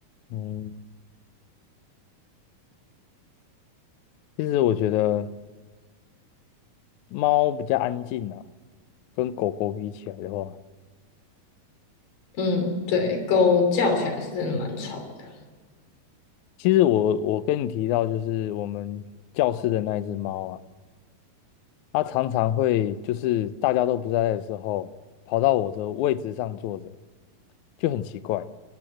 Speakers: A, on the left; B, on the left.
A: 嗯，其实我觉得猫比较安静啊，跟狗狗比起来的话，
B: 嗯，对，狗叫起来是真的蛮吵的，
A: 其实我我跟你提到就是我们教室的那一只猫啊，它常常会就是大家都不在的时候，跑到我的位置上坐着，就很奇怪，